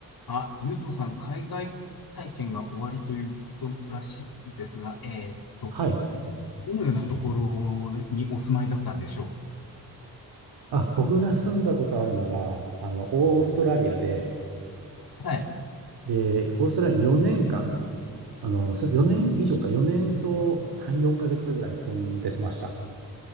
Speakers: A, on the left; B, on the right.
A: あ、ゆうとさん、海外体験が終わりということらしいですが、えーっと、
B: はい。
A: どのようなところにお住まいだったんでしょ
B: あ、僕が住んだことあるのが、あの、オーストラリアで、
A: う。はい。
B: で、オーストラリアに4年間、あの、す4年以上か、4年と3、4ヶ月ぐらい住んでました。